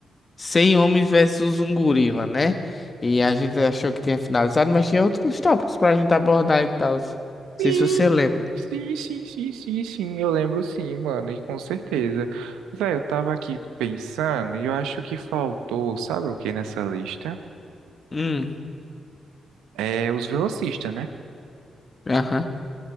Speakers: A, on the left; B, on the right.
A: 100 homens versus um gorila, né? E a gente achou que tinha finalizado, mas tinha outros tópicos pra gente abordar e tal. Não sei
B: Sim,
A: se você lembra.
B: sim, sim, sim, sim, sim, eu lembro sim, mano, e com certeza. Velho, eu tava aqui pensando e eu acho que faltou, sabe o que nessa lista?
A: Hum,
B: É os velocistas, né?
A: aham.